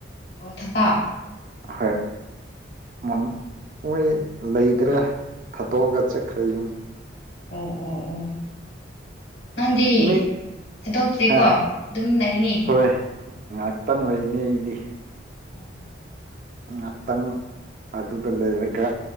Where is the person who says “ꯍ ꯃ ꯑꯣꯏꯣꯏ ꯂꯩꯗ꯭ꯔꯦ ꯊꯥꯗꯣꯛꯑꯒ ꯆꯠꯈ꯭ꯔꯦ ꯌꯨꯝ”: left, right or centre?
Right